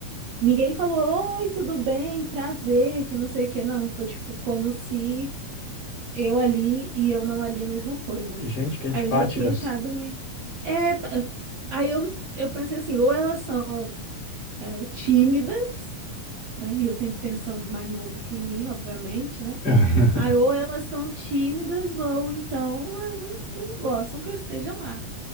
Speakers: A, on the right; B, on the left.
A: ninguém falou, oi, tudo bem, prazer, que não sei o que, não. Foi tipo como se Eu ali e eu não ali a mesma coisa.
B: Gente, que antipáticas.
A: Aí eu já tinha achado meio. É, tá- aí eu, eu pensei assim, ou elas são é, tímidas, né? E eu sempre pensando mais no outro do que em mim, obviamente, né?
B: <laughs>
A: Aí ou elas são tímidas, ou então elas não gostam que eu esteja lá.